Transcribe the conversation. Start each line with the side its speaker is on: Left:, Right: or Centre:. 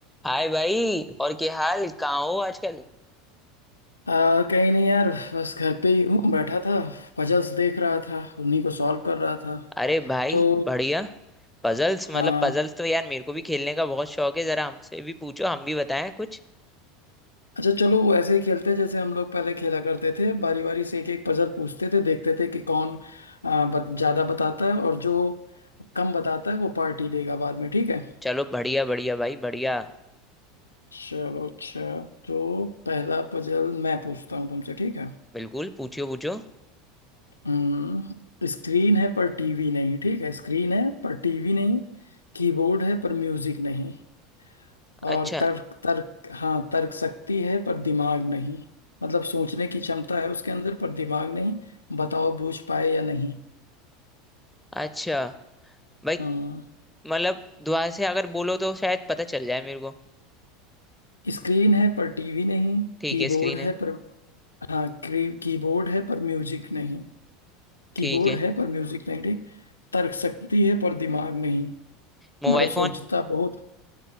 Centre: हाय भाई और क्या हाल कहाँ हो आजकल
Left: आ, कहीं नहीं यार बस घर पे ही हूँ बैठा था पजल्स देख रहा था उन्हीं को सॉल्व कर रहा था
Centre: अरे भाई
Left: तो
Centre: बढ़िया पजल्स मतलब
Left: हाँ
Centre: पजल्स तो यार मेरे को भी खेलने का बहुत शौक है जरा हमसे भी पूछो हम भी बताएं कुछ
Left: अच्छा चलो वो ऐसे ही खेलते हैं जैसे हम लोग पहले खेला करते थे बारी बारी से एक एक पजल पूछते थे देखते थे कि कौन आ, बत, ज्यादा बताता है और जो कम बताता है वो पार्टी देगा बाद में ठीक है
Centre: चलो बढ़िया बढ़िया भाई बढ़िया
Left: चलो अच्छा तो पहला पजल मैं पूछता हूँ तुमसे ठीक है
Centre: बिल्कुल पूछियो पूछो
Left: हम्म स्क्रीन है पर टीवी नहीं ठीक है स्क्रीन है पर टीवी नहीं कीबोर्ड है पर म्यूजिक नहीं और
Centre: अच्छा
Left: तर्क तर्क हाँ तर्क शक्ति है पर दिमाग नहीं मतलब सोचने की क्षमता है उसके अंदर पर दिमाग नहीं बताओ बूझ पाए या नहीं
Centre: अच्छा भाई
Left: हाँ
Centre: मतलब दुआ से अगर बोलो तो शायद पता चल जाए मेरे को
Left: स्क्रीन है पर टीवी नहीं
Centre: ठीक
Left: कीबोर्ड
Centre: है स्क्रीन
Left: है
Centre: है
Left: पर हाँ की, कीबोर्ड है पर म्यूजिक नहीं कीबोर्ड
Centre: ठीक है
Left: है पर म्यूजिक नहीं ठीक तर्क शक्ति है पर दिमाग नहीं
Centre: Mobile
Left: मतलब सोचता
Centre: phone
Left: बहुत